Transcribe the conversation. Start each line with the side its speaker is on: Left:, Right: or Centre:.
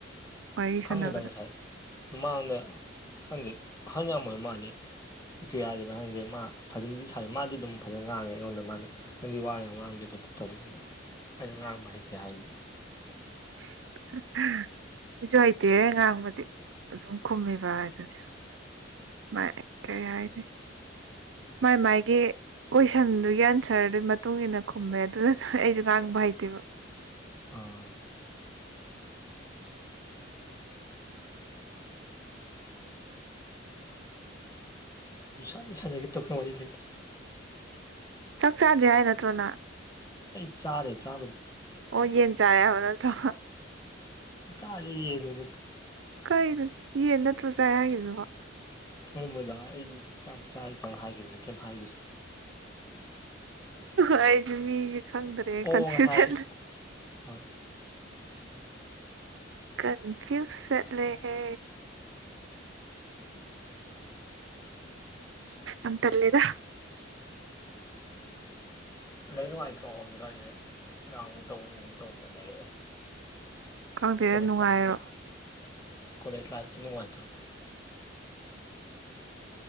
Right: ꯋꯥꯔꯤ
Left: ꯈꯪꯗꯦꯗ
Right: ꯁꯥꯟꯅꯕꯗ
Left: ꯉꯁꯥꯏ ꯃꯃꯥꯡꯗ ꯈꯪꯗꯦ ꯑꯍꯜ ꯌꯥꯝꯃꯕ ꯃꯥꯜꯂꯦ ꯏꯆꯦ ꯍꯥꯏꯗꯦꯅ ꯈꯪꯗꯦ ꯃꯥ ꯐꯖꯅꯗꯤ ꯁ ꯃꯥꯗꯤ ꯑꯗꯨꯝ ꯐꯖꯅ ꯉꯥꯡꯉꯦ ꯑꯩꯉꯣꯟꯗ ꯃꯥꯗ ꯅꯪꯗꯤ ꯋꯥ ꯌꯥꯝ ꯉꯥꯡꯗꯤꯦ ꯐꯖ ꯇꯧꯔꯤꯅꯤꯅ ꯑꯩꯅ ꯉꯥꯡꯕ ꯍꯩꯇꯦ ꯍꯥꯏꯈꯤꯕꯅ
Right: <unintelligible> ꯑꯩꯁꯨ ꯍꯩꯇꯦ ꯉꯥꯡꯕꯗꯤ ꯑꯗꯨꯝ ꯈꯨꯝꯃꯤꯕ ꯍꯥꯏꯗꯨꯅꯦ ꯃ ꯀ ꯌꯥꯏꯗꯤ
Left: <unintelligible> <unintelligible>
Right: ꯃꯥꯏ ꯃꯥꯒꯦ ꯀꯣꯏꯁꯟꯗꯨꯒꯤ ꯑꯟꯁꯔꯗꯨꯒꯤ ꯃꯇꯨꯡ ꯏꯟꯅ ꯈꯨꯝꯃꯦ ꯑꯗꯨꯅ ꯅ ꯑꯩꯁꯨ ꯉꯥꯡꯕ ꯍꯩꯇꯦꯕ
Left: ꯑꯥ ꯥꯟꯗ ꯁꯥꯥꯟꯗꯒꯤ ꯇꯈ ꯋꯥꯔꯤ ꯂꯩꯇ
Right: ꯆꯥꯛ ꯆꯥꯗ꯭ꯔꯦ ꯍꯥꯏ ꯅꯠꯇ꯭ꯔꯣꯅ
Left: ꯑꯩ ꯆꯥꯔꯦ ꯆꯥ
Right: ꯑꯣ ꯌꯦꯟ ꯆꯥꯔꯦ ꯍꯥꯏꯕ ꯅꯠꯇ꯭ꯔꯣ
Left: ꯀꯥꯒꯤ ꯌꯦꯅꯦ ꯑꯗꯨ
Right: ꯀꯥꯏꯅ ꯌꯦꯅꯠ ꯔꯣ ꯆꯥꯏ ꯍꯥꯏꯒꯤꯗꯨ ꯋꯥ
Left: ꯑꯔꯝꯕꯗꯥ ꯑꯩꯗꯤ ꯆꯥꯛ ꯆꯥꯔꯤ ꯄꯪ ꯍꯥꯏꯈꯤꯕꯅꯤ ꯀꯩꯝ ꯍꯥꯏꯈꯤꯅꯤ
Right: ꯑꯩꯁꯨꯦ ꯃꯤꯁꯦ ꯈꯪꯗ꯭ꯔꯦ
Left: ꯑꯣ
Right: ꯀꯟꯐ꯭ꯌꯨꯁꯟ
Left: ꯉꯁꯥꯏ ꯍꯣꯏ
Right: ꯀꯟꯐ꯭ꯌꯨꯁꯠꯂꯦꯍꯦ ꯑꯇꯂꯦꯗ
Left: ꯂꯩ ꯅꯨꯡꯉꯥꯏꯇ꯭ꯔꯣ ꯍꯧꯖꯤꯛꯀꯥꯟꯗꯤ ꯌꯥ ꯑꯃꯨꯛ ꯇꯧꯕꯨꯨꯛ ꯇꯧꯕ ꯂꯩ
Right: ꯈꯪꯗꯦ
Left: ꯀꯣꯂꯦꯖ
Right: ꯅꯨꯡꯉꯥꯏꯔꯣ
Left: ꯂꯥꯏꯐꯇꯨ ꯀꯣꯂꯦꯖ ꯂꯥꯏꯕꯅꯉꯥꯏꯇ꯭ꯔꯣ